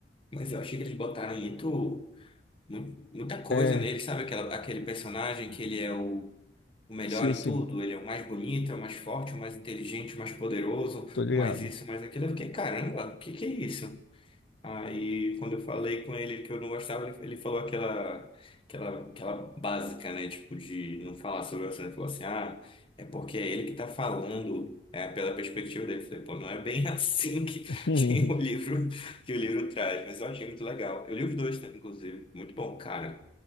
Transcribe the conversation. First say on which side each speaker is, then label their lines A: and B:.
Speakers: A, on the left; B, on the left.
A: Mas eu achei que eles botaram muito, mu- muita coisa
B: É,
A: nele, sabe? Aquela, aquele personagem que ele é o o melhor
B: sim, sim,
A: em tudo, ele é o mais bonito, é o mais forte, o mais inteligente, o mais poderoso
B: tô ligado.
A: o mais isso, o mais aquilo. Eu fiquei, caramba, o que que é isso? Aí, quando eu falei com ele que eu não gostava, ele, ele falou aquela, aquela, aquela básica, né? Tipo, de não falar sobre o assunto. Ele falou assim: ah, é porque é ele que tá falando, é pela perspectiva dele. Eu falei, pô, não é bem <laughs> assim que,
B: <laughs>
A: que o livro, que o livro traz, mas eu achei muito legal. Eu li os dois, né, inclusive. Muito bom, cara.